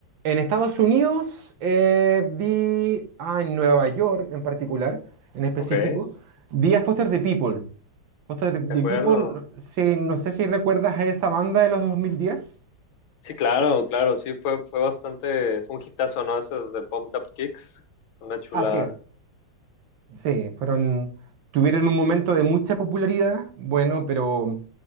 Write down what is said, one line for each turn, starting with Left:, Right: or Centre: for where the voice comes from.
Right: En Estados Unidos eh, vi, ah, en Nueva York en particular, en específico,
Left: Ok, de
Right: vi a Foster the People. Foster
Left: acuerdo.
Right: the People, no si- no sé si recuerdas a esa banda de los 2010.
Left: sí, claro, claro, sí, fue, fue bastante, fue un hitazo, ¿no? Esos de Pumped Up Kicks, una chulada.
Right: Así es. Sí, fueron, tuvieron un momento de mucha popularidad, bueno, pero